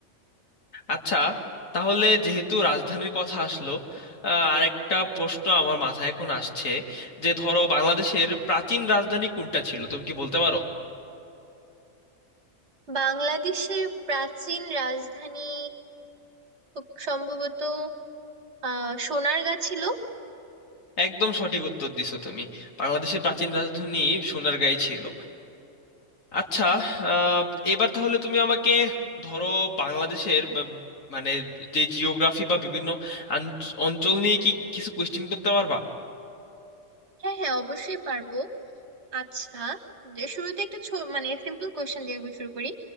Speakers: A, on the left; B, on the right.
A: আচ্ছা তাহলে যেহেতু রাজধানীর কথা আসলো আহ, আরেকটা প্রশ্ন আমার মাথায় এখন আসছে যে ধরো বাংলাদেশের প্রাচীন রাজধানী কোনটা ছিল তুমি কি বলতে পারো
B: বাংলাদেশের প্রাচীন রাজধানী খুব সম্ভবত আহ সোনারগাঁ ছিল
A: একদম সঠিক উত্তর দিছো তুমি বাংলাদেশের প্রাচীন রাজধানী সোনারগাঁই ছিল আচ্ছা আহ, এবার তাহলে তুমি আমাকে ধরো বাংলাদেশের বা মানে যে জিওগ্রাফি বা বিভিন্ন আঞ্চ- অঞ্চল নিয়ে কি কিছু কোয়েশ্চেন করতে পারবা
B: হ্যাঁ হ্যাঁ অবশ্যই পারবো আচ্ছা যে শুরুতে একটা ছো মানে সিম্পল কোয়েশ্চেন দিয়ে আমি শুরু করি